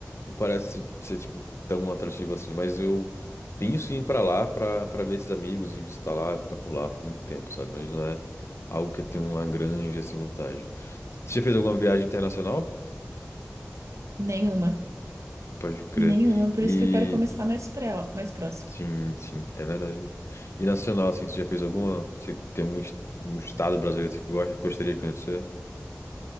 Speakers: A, on the left; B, on the right.
A: Não parece ser, tipo, tão atrativo assim, mas eu penso em ir pra lá pra, pra ver esses amigos e visitar lá, ficar por lá por um tempo, sabe? Mas não é algo que eu tenho uma grande, assim, vontade. Você já fez alguma viagem internacional?
B: Nenhuma.
A: Pode crer.
B: Nenhuma, por
A: E
B: isso que eu quero começar mais pré, mais próximo.
A: sim, sim, é verdade. E nacional, assim, você já fez alguma? Você tem algum est- um estado brasileiro que você gosta, gostaria de conhecer?